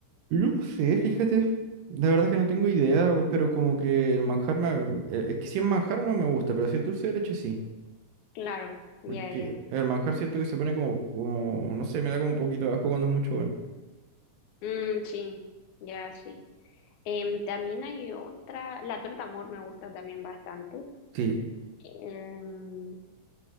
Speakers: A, on the right; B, on the left.
A: No sé, fíjate. La verdad es que no tengo idea, weón, pero como que el manjar me... eh, Es que si es manjar no me gusta, pero si es dulce de leche sí.
B: Claro, ya,
A: Porque
B: ya.
A: el manjar siento que se pone como, como, no sé, me da como un poquito de asco cuando es mucho, weón.
B: Mm, sí, ya, sí. Em, también hay otra, la torta amor me gusta también bastante.
A: Sí,
B: Em,